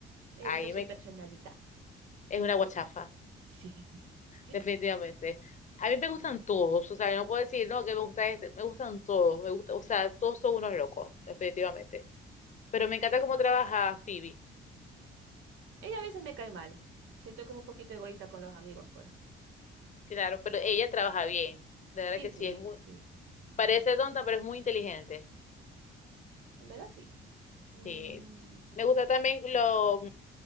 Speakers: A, on the right; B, on the left.
A: Me
B: Ahí
A: gusta su
B: me,
A: personalidad.
B: es una guachafa,
A: Sí. <laughs>
B: definitivamente. A mí me gustan todos, o sea, no puedo decir, no, que me gusta este, me gustan todos, me gusta, o sea, todos son unos locos, definitivamente. Pero me encanta cómo trabaja Phoebe,
A: Ella a veces me cae mal. Siento que es un poquito egoísta con los amigos, pues.
B: claro, pero ella trabaja bien, de verdad
A: Sí,
B: que sí,
A: sí,
B: es muy,
A: sí.
B: parece tonta, pero es muy inteligente.
A: En verdad, sí. Mm,
B: Sí. Me gusta también los,